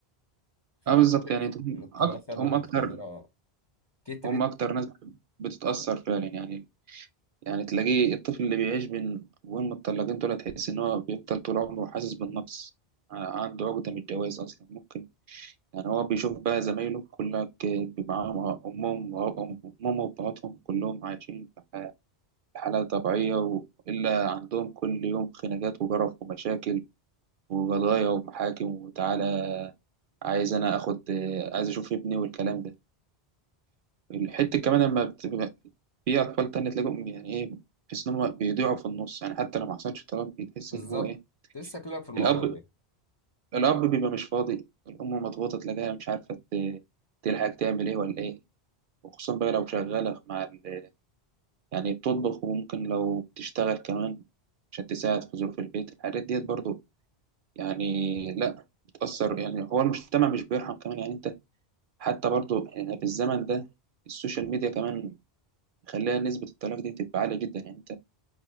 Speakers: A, on the left; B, on the right.
A: فانا
B: اه بالظبط
A: شايف
B: يعني هم
A: ان الطلاق
B: أكتر
A: فعلا
B: هم أكتر
A: ظاهره كترت
B: هم أكتر ناس بتتأثر فعلا يعني يعني تلاقيه الطفل اللي بيعيش بين أبوين متطلقين دول تحس إن هو بيفضل طول عمره حاسس بالنقص ع- عنده عقدة من الجواز أصلا ممكن يعني هو بيشوف بقى زمايله كلك معاهم أمهم وأبهم أمهم وأبهاتهم كلهم عايشين في ح- في حالة طبيعية وإلا عندهم كل يوم خناقات وجرف ومشاكل وقضايا ومحاكم وتعالى عايز أنا آخد عايز أشوف ابني والكلام ده. الحتة كمان لما بتبقى في أطفال تانية تلاقيهم يعني إيه تحس إن هم بيضيعوا في النص يعني حتى لو ما حصلش طلاق بتحس
A: بالظبط
B: إن هو إيه
A: كنت لسه اكلمك في الموضوع
B: الأب
A: ده
B: الأب بيبقى مش فاضي الأم مضغوطة تلاقيها مش عارفة ت- تلحق تعمل إيه ولا إيه وخصوصا بقى لو شغالة مع ال... يعني بتطبخ وممكن لو بتشتغل كمان عشان تساعد في ظروف البيت الحاجات ديت برضو يعني لأ بتأثر يعني هو المجتمع مش بيرحم كمان يعني أنت حتى برضو يعني في الزمن ده السوشيال ميديا كمان خليها نسبة الطلاق دي تبقى عالية جدا يعني